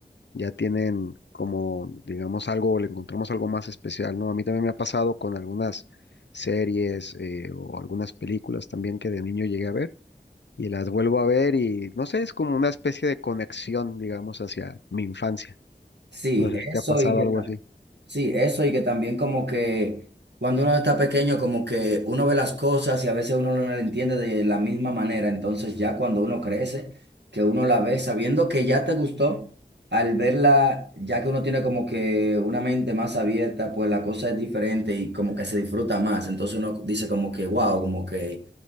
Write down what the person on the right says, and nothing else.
Sí,
eso
y que
ta-
sí, eso y que también como que cuando uno está pequeño, como que uno ve las cosas y a veces uno no las entiende de la misma manera. Entonces ya cuando uno crece, que uno la ve sabiendo que ya te gustó, al verla, ya que uno tiene como que una mente más abierta, pues la cosa es diferente y como que se disfruta más. Entonces uno dice como que, wow, como que